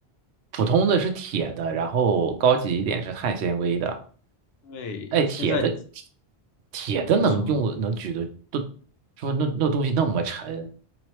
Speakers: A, on the right; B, on the left.
A: 普通的是铁的，然后高级一点是碳纤维的。
B: 因为现在
A: 哎，铁的铁的能用能举的都
B: 你说。
A: 说那那东西那么沉。